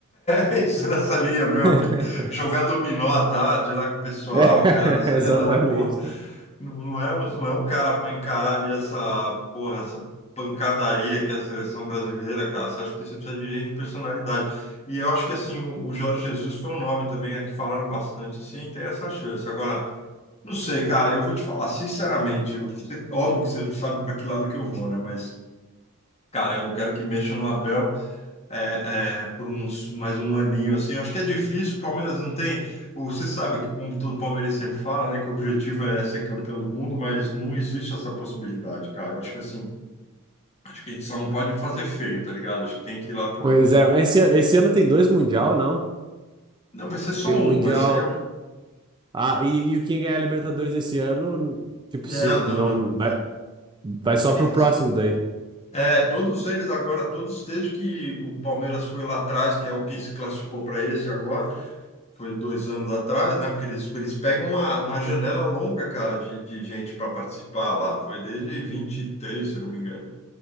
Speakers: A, on the left (about 30°); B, on the right (about 20°).
A: É <laughs> isso nessa linha mesmo,
B: <laughs>
A: cara. Jogar dominó à tarde lá com o pessoal,
B: É,
A: cara, sei
B: <laughs> exatamente.
A: lá, porra. Não, não é, não é um cara para encarar ali essa, porra, essa pancadaria que é a seleção brasileira, cara. Você acha que você precisa de gente de personalidade. E eu acho que, assim, o, o Jorge Jesus foi um nome também, né, que falaram bastante, assim, tem essa chance. Agora, não sei, cara, eu vou te falar, sinceramente, eu- você- óbvio que você sabe para que lado que eu vou, né? Mas, cara, eu não quero que mexa no Abel é, é, por uns mais um aninho assim. Eu acho que é difícil. O Palmeiras não tem. o- Você sabe que, como todo palmeirense sempre fala, né, que o objetivo é ser campeão do mundo, mas não existe essa possibilidade, cara. Eu acho que assim, acho que a gente só não pode fazer feio, tá ligado? Acho que tem que ir lá pro.
B: Pois é, mas esse, ano- esse ano tem dois Mundial, não?
A: Não, vai ser só
B: Tem
A: um,
B: o Mundial.
A: vai ser.
B: Ah, e, e o quem ganhar a Libertadores esse ano, tipo,
A: Não,
B: se
A: não,
B: não
A: não.
B: vai, vai só
A: Eles.
B: pro próximo daí.
A: É, todos eles agora, todos desde que o Palmeiras foi lá atrás, que é o que se classificou para esse agora. foi dois anos atrás, né? Porque eles, eles pegam uma, uma janela longa, cara, de, de gente para participar lá. Foi desde 23, se eu não me engano.